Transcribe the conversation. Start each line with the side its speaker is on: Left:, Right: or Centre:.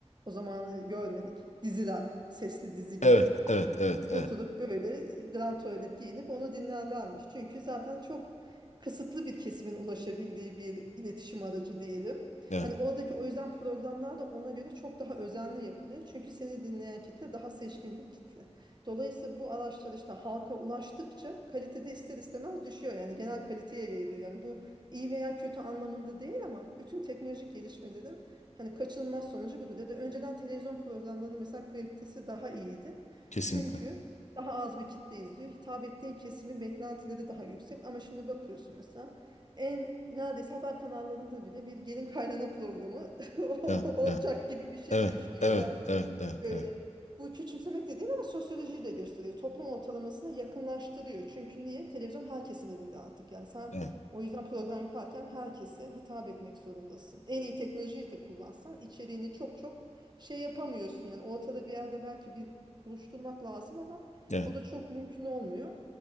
Right: o zamanı görmedik. Diziler, sesli dizi gibi.
Left: Evet, evet, evet, evet,
Right: Oturup böyle grand tuvalet giyinip onu dinlerlermiş. Çünkü zaten çok kısıtlı bir kesimin ulaşabildiği bir iletişim aracı diyelim.
Left: evet.
Right: Hani oradaki o yüzden programlar da ona göre çok daha özenli yapılıyor. Çünkü seni dinleyen kitle daha seçkin bir kitle. Dolayısıyla bu araçlar işte halka ulaştıkça kalitede ister istemez düşüyor. Yani genel kaliteye yayılıyor. Yani bu iyi veya kötü anlamında değil ama bütün teknolojik gelişmelerin hani kaçınılmaz sonucu budur. Dedi önceden televizyon programlarının mesela kalitesi daha iyiydi.
Left: Kesinlikle.
Right: Çünkü daha az bir kitle izliyor. Hitap ettiğin kesimin beklentileri daha yüksek. Ama şimdi bakıyorsun mesela en neredeyse haber kanallarında bile bir gelin kaynana programı <laughs>
Left: Evet,
Right: olacak
Left: evet,
Right: gibi bir şeye
Left: evet,
Right: düştü ya
Left: evet,
Right: da
Left: evet, evet,
Right: Böyle.
Left: evet.
Right: Bu küçümsemek de değil ama sosyolojiyi de gösteriyor. Toplum ortalamasına yakınlaştırıyor. Çünkü niye? Televizyon herkesin evinde artık. Yani sen
Left: evet.
Right: o yüzden program yaparken herkese hitap etmek zorundasın. En iyi teknolojiyi de kullansan içeriğini çok çok şey yapamıyorsun. Yani ortada bir yerde belki bir buluşturmak lazım ama
Left: Evet,
Right: o da çok mümkün olmuyor.